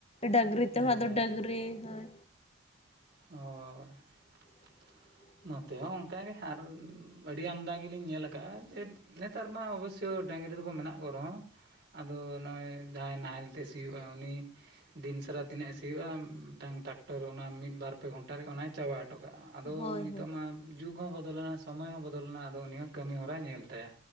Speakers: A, on the left; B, on the right.
A: ᱰᱟᱝᱨᱤ
B: ᱦᱮᱸ
A: ᱛᱮᱦᱚᱸ ᱫᱚ ᱰᱟᱝᱨᱤ
B: ᱦᱮᱸ
A: ᱦᱳᱭ
B: ᱦᱳᱭ ᱾
A: <unintelligible>
B: ᱱᱚᱛᱮ ᱦᱚᱸ ᱚᱱᱠᱟ ᱜᱮ ᱟᱨ ᱟᱹᱰᱤ ᱟᱢᱫᱟ ᱜᱮᱞᱤᱧ ᱧᱮᱞ ᱟᱠᱟᱜᱼᱟ ᱡᱮ ᱱᱮᱛᱟᱨ ᱢᱟ ᱚᱵᱚᱥᱳᱭ ᱰᱟᱝᱨᱤ ᱫᱚᱠᱚ ᱢᱮᱱᱟᱜ ᱠᱚ ᱨᱮᱦᱚᱸ ᱟᱫᱚ ᱱᱚᱜᱼᱚᱭ ᱡᱟᱦᱟᱸᱭ ᱱᱟᱦᱮᱞ ᱛᱮ ᱥᱤᱭᱳᱜᱼᱟ ᱩᱱᱤ ᱫᱤᱱᱥᱟᱨᱟ ᱛᱤᱱᱟᱹᱜ ᱮ ᱥᱤᱭᱳᱜᱼᱟ ᱢᱤᱫᱴᱟᱝ ᱴᱨᱟᱠᱴᱚᱨ ᱚᱱᱟ ᱢᱤᱫᱵᱟᱨ ᱯᱮ ᱜᱷᱚᱱᱴᱟ ᱨᱮ ᱚᱱᱟᱭ ᱪᱟᱵᱟ ᱦᱚᱴᱚ ᱠᱟᱜᱼᱟ ᱟᱫᱚ
A: ᱦᱳᱭ
B: ᱱᱤᱛᱚᱜ
A: ᱦᱳᱭ
B: ᱢᱟ ᱡᱩᱜᱽ ᱦᱚᱸ ᱵᱚᱫᱚᱞᱮᱱᱟ ᱥᱚᱢᱚᱭ ᱦᱚᱸ ᱵᱚᱫᱚᱞᱮᱱᱟ ᱟᱫᱚ ᱩᱱᱤ ᱦᱚᱸ ᱠᱟᱹᱢᱤ ᱦᱚᱨᱟᱭ ᱧᱮᱞ ᱛᱟᱭᱟ